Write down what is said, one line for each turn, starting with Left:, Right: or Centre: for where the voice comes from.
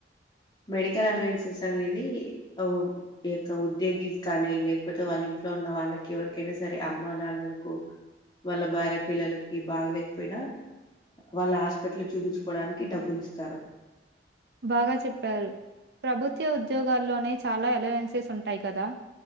Left: మెడికల్ అలవన్సెస్ అనేది ఒక్క ఉద్యోగి కానీ లేకపోతే వాళ్ళ ఇంట్లో ఉన్న వాళ్ళకి ఎవరికైనా సరే అమ్మ నాన్నలకు వాళ్ళ భార్య పిల్లలకి బాగలేకపోయినా వాళ్ళ హాస్పిటల్ చూపించుకోవడానికి డబ్బులు ఇస్తారు
Right: బాగా చెప్పారు ప్రభుత్వ ఉద్యోగాల్లోనే చాలా అలోవెన్సెస్ ఉంటాయి కదా